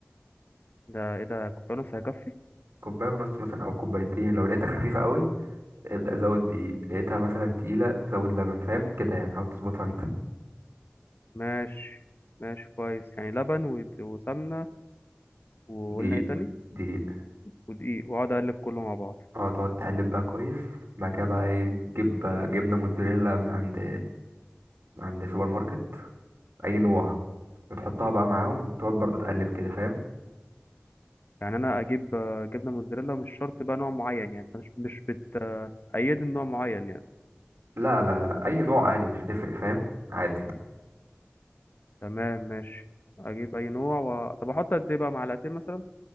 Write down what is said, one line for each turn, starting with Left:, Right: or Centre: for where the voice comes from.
Left: ده ايه ده كوبايه ونص هيكفي
Right: كوبايه ونص مثلا او كوبايتين لو لقيتها خفيفه قوي ابدا زود دقيق لقيتها مثلا تقيله زود لبن فاهم كده يعني حاول تظبطها انت
Left: ماشي ماشي كويس يعني لبن و- وسمنه وقلنا
Right: دقيق
Left: ايه تاني
Right: دقيق
Left: ودقيق واقعد اقلب كله مع بعض
Right: اه تقعد تقلب بقى كويس بعد كده بقى ايه تجيب جبنه موتزاريلا من عند من عند سوبر ماركت اي نوع وتحطها بقى معاهم وتقعد برضو تقلب كده فاهم
Left: يعني انا اجيب آه، جبنه موتزاريلا مش شرط بقى نوع معين يعني انت مش مش بتأيدني نوع معين يعني
Right: لا لا لا اي نوع عادي مش هتفرق فاهم عادي
Left: تمام ماشي اجيب اي نوع و... طب احط قد ايه بقى معلقتين مثلا